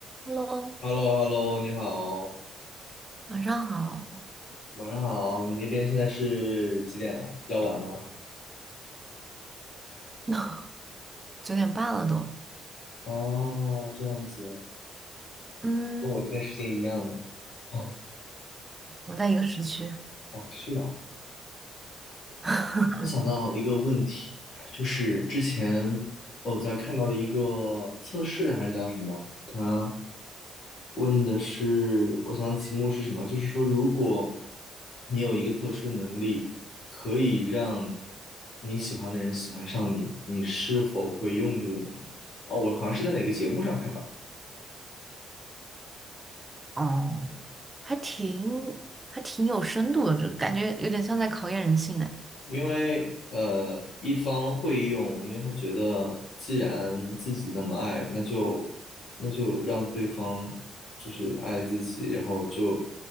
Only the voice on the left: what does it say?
h e l l o h e l l o 你好，
晚上好。你那边现在是几点了？比较晚吗？
哦，这样子，
跟我这边时间一样的。<laughs>
哦，是啊。
我突然想到一个问题，就是之前我在看到的一个测试还是叫什么，它问的是，我想题目是什么？就是说，如果你有一个特殊能力，可以让你喜欢的人喜欢上你，你是否会用这个能力？哦，我好像是在哪个节目上看到的。
因为呃，一方会用，因为他觉得既然自己那么爱，那就那就让对方就是爱自己，然后就